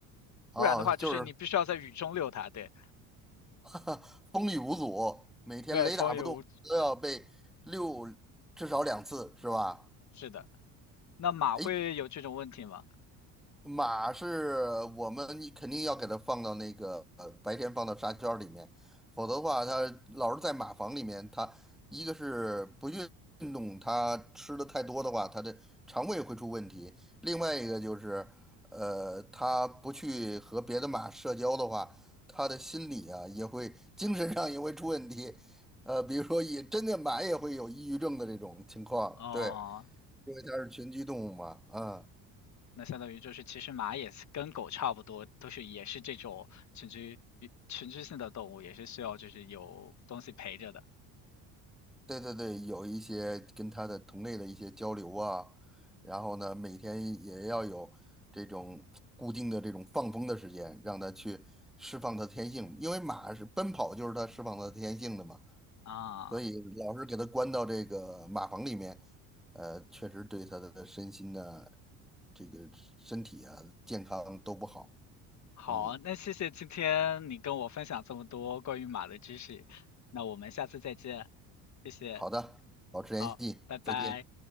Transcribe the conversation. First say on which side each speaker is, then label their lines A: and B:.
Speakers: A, in the centre; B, on the left.
A: 哦，
B: 不然的话就是你必须要在雨中遛它，
A: 就是
B: 对
A: <laughs> 风雨无阻，每天雷打不动，
B: 对，风雨无阻，
A: 都要被六至少两次，是吧？
B: 是的。那马会有这种问题吗？
A: 哎，马是我们你肯定要给它放到那个呃白天放到沙圈儿里面，否则的话，它老是在马房里面，它一个是不运动，它吃的太多的话，它的肠胃会出问题；另外一个就是，呃，它不去和别的马社交的话，它的心理啊也会精神上也会出问题，呃，比如说也真的马也会有抑郁症的这种情况，
B: 哦，
A: 对，因为它是群居动物嘛，啊
B: 那相当于就是，其实马也是跟狗差不多，都是也是这种群居群居性的动物，也是需要就是有东西陪着的。
A: 对对对，有一些跟他的同类的一些交流啊，然后呢，每天也要有这种固定的这种放风的时间，让他去释放他的天性，
B: 嗯
A: 因为马是奔跑，就是他释放他的天性的嘛，
B: 啊，
A: 所以老是给他关到这个马房里面，呃，确实对他的身心呢，这个身体啊，健康都不好。
B: 好，
A: 嗯，
B: 那谢谢今天你跟我分享这么多关于马的知识，那我们下次再见，谢谢，
A: 好的，保持联系，
B: 好，拜拜。
A: 再见。